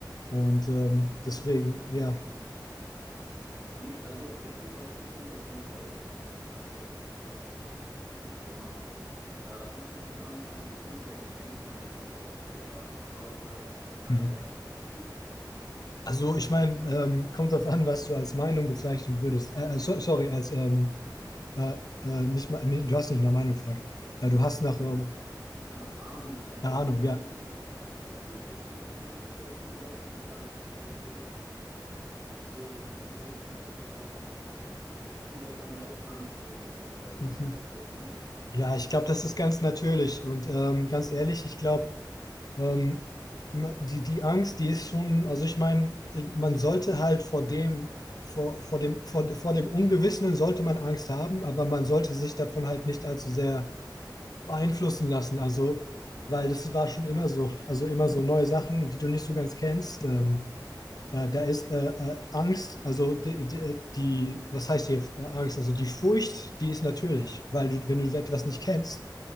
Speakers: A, on the left; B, on the right.
A: Und ähm,
B: Ja.
A: deswegen, ja.
B: Nee, also ich finde es auf, ich find's auf jeden Fall, ich find's auf jeden Fall mega, was du so, was du so machst. Äh, hast du ein bisschen Ahnung von so künstlicher Intelligenz? Ich meine, wir sind ja auch auf der Outlier AI
A: Mhm.
B: App, weißt du?
A: Also ich meine, ähm, kommt darauf an, was du als Meinung bezeichnen würdest. Äh, äh, so, sorry, als ähm, Äh, äh, nicht mal, nee, du hast nicht nach Meinung gefragt. Äh, du hast nach,
B: Je
A: ähm,
B: nach, nach Ahnung. Also
A: eine
B: ob
A: Ahnung,
B: du so
A: ja.
B: ein bisschen, ob du, ist, ich meine, es gibt ja auch viele Leute, die sagen, ey, okay, so, das ist natürlich ein Fortschritt, aber es, viele Leute haben ja auch Angst so ein bisschen vor diesem
A: Mhm.
B: Fortschritt, ne?
A: Ja, ich glaube, das ist ganz natürlich. Und ähm, ganz ehrlich, ich glaube, ähm, ma- die, die Angst, die ist schon, also ich meine, man sollte halt vor dem, vor, vor dem, vor, vor dem Ungewissen sollte man Angst haben, aber man sollte sich davon halt nicht allzu sehr beeinflussen lassen. Also, weil das war schon immer so, also immer so neue Sachen, die du nicht so ganz kennst. Ähm, Äh, da ist äh, äh, Angst, also die, die, äh, die, was heißt hier äh, Angst? Also die Furcht, die ist natürlich, weil du, wenn du etwas
B: Ja,
A: nicht kennst,